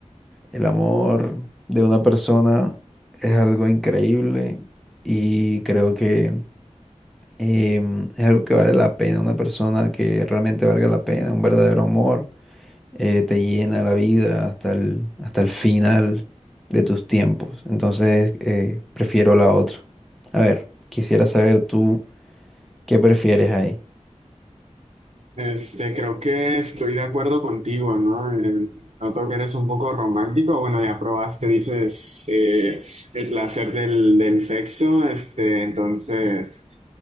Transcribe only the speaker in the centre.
el amor de una persona es algo increíble y creo que em, es algo que vale la pena. Una persona que realmente valga la pena, un verdadero amor, eh, te llena la vida hasta el, hasta el final de tus tiempos. Entonces, eh, prefiero la otra. A ver, quisiera saber tú qué prefieres ahí.